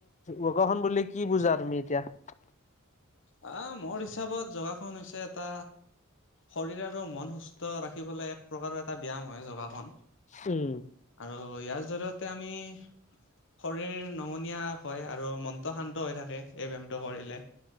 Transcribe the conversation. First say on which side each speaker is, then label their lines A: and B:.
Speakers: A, on the left; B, on the left.
A: যোগাসন বুলিলে কি <unintelligible> কি বুজা তুমি এতিয়া? <unintelligible>
B: আহ মোৰ হিচাপত যোগাসন হৈছে এটা শৰীৰ আৰু মন সুস্থ <unintelligible> সুস্থ ৰাখিবলৈ এক প্ৰকাৰৰ এটা ব্যায়াম হয় যোগাসন। <inaudible>
A: উম।
B: আৰু ইয়াৰ জৰিয়তে আমি শৰীৰ নমনীয়া হয় আৰু মনটো শান্ত হৈ থাকে এই ব্যায়ামটো কৰিলে। <unintelligible>